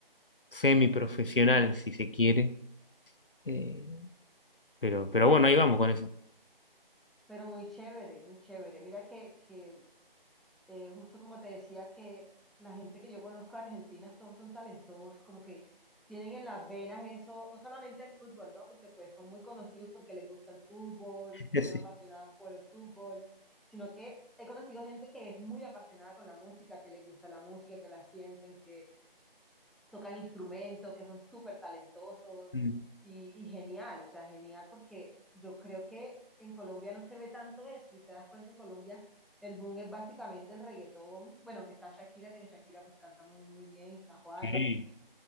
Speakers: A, on the left; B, in the centre.
A: semiprofesional, si se quiere. Eh, pero, pero bueno, ahí vamos con eso.
B: pero muy chévere, muy chévere. Mira que, que eh, justo como te decía que la gente que yo conozco argentinas, todos son talentosos, como que tienen en las venas eso, no solamente el fútbol, ¿no? Porque pues son muy conocidos porque les gusta el fútbol, porque
A: <laughs>
B: son
A: Sí.
B: apasionados por el fútbol, sino que he conocido gente que es muy apasionada con la música, que les gusta la música, que la sienten, que tocan instrumentos, que son súper talentosos
A: Mm,
B: y, y genial, o sea, genial porque yo creo que en Colombia no se ve tanto eso, si te das cuenta en Colombia el boom es básicamente el reggaetón, bueno, que está Shakira, que Shakira pues canta muy, muy bien, está Juanes,
A: sí.